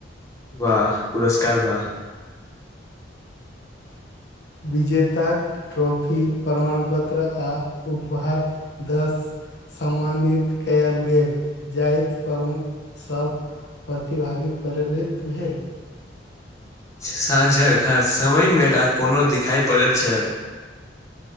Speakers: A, on the left; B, on the left.
A: वाह पुरस्कार वाह
B: विजेताक ट्रॉफी प्रमाण पत्र आ उपहारह दस सम्मानित कयल गेल जाति प्रमुख सब प्रतिभागी परलित भेल
A: साँझक का समय मेला कोनो दिखाइ पड़ैत छल